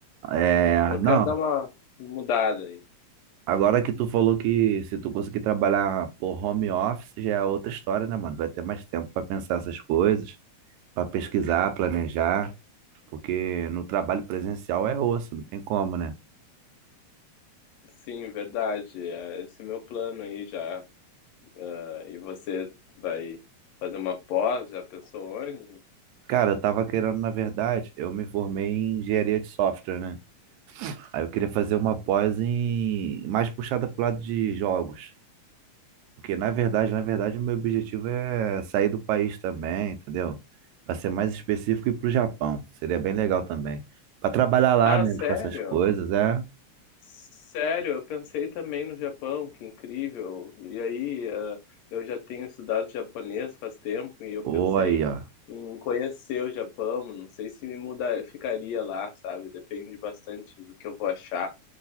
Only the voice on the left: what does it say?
Eu
quero dar uma mudada aí.
Sim, verdade. é Esse é meu plano aí já. Ah, E você vai fazer uma pós? Já pensou onde?
Ah,
sério?
Sério, eu pensei também no Japão, que incrível. E aí, ah, eu já tenho estudado japonês faz tempo e eu
pensei
em conhecer o Japão. Não sei se me mudar, ficaria lá, sabe? Depende bastante do que eu vou achar.